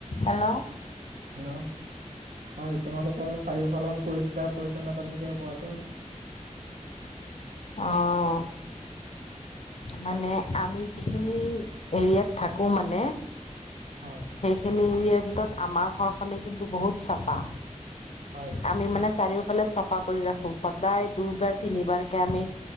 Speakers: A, on the left (about 55°); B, on the right (about 80°).
A: Hello
B: hello হয় তোমালোকৰ চাৰিওফালৰ পৰিষ্কাৰ পৰিচ্ছন্নতাৰ বিষয়ে কোৱাচোন
A: অ' মানে আমি যিখিনি এৰিয়াত থাকোঁ মানে
B: হয়
A: সেইখিনি এৰিয়াৰ ভিতৰত আমাৰ ঘৰখনেই কিন্তু বহুত চাফা
B: হয়
A: আমি মানে চাৰিও ফালে চাফা কৰি ৰাখো সদায় দুবাৰ তিনিবাৰ আমি